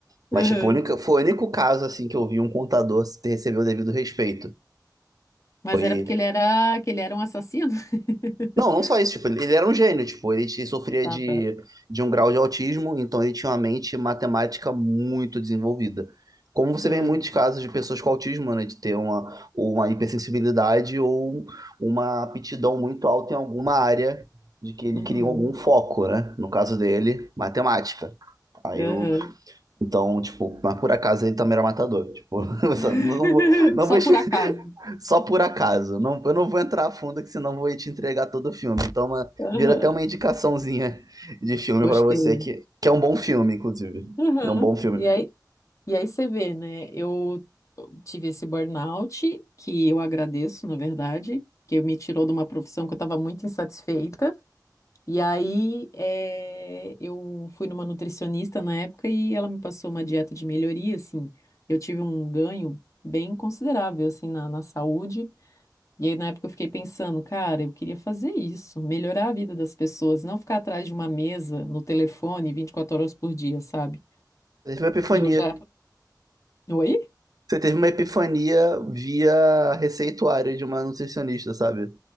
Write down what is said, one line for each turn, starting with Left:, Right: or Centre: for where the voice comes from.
Right: Mas,
Left: Uhum.
Right: tipo, o único- foi o único caso, assim, que eu vi um contador receber o devido respeito.
Left: Mas
Right: Foi
Left: era porque ele era, que ele era um assassino? <laughs>
Right: Não, não só isso, tipo, ele ele era um gênio, tipo, ele t- sofria
Left: Tá,
Right: de,
Left: tá.
Right: de um grau de autismo, então ele tinha uma mente matemática muito desenvolvida. Como você
Left: Uhum.
Right: vê em muitos casos de pessoas com autismo, né, de ter uma, uma hipersensibilidade ou uma aptidão muito alta em alguma área de que ele
Left: Uhum.
Right: queria algum foco, né? No caso dele, matemática. Aí
Left: Uhum.
Right: o então, tipo, mas por acaso ele também era matador, tipo, <laughs>
Left: <laughs>
Right: não vou, não
Left: Só
Right: vou
Left: por acaso.
Right: só por acaso. Não, eu não vou entrar a fundo, que senão vou te entregar todo o filme. Então, uma,
Left: Aham,
Right: vira até uma indicaçãozinha de filme
Left: Gostei.
Right: pra você, que, que é um bom filme, inclusive.
Left: Aham.
Right: É um bom filme.
Left: E aí, E aí você vê, né? Eu tive esse burnout, que eu agradeço, na verdade, que me tirou de uma profissão que eu estava muito insatisfeita. E aí eh, eu fui numa nutricionista na época e ela me passou uma dieta de melhoria, assim. Eu tive um ganho bem considerável, assim, na, na saúde. E aí na época eu fiquei pensando, cara, eu queria fazer isso, melhorar a vida das pessoas, não ficar atrás de uma mesa, no telefone, 24 horas por dia, sabe?
Right: Teve uma epifania.
Left: E eu já... Oi?
Right: Você teve uma epifania via receituário de uma nutricionista, sabe?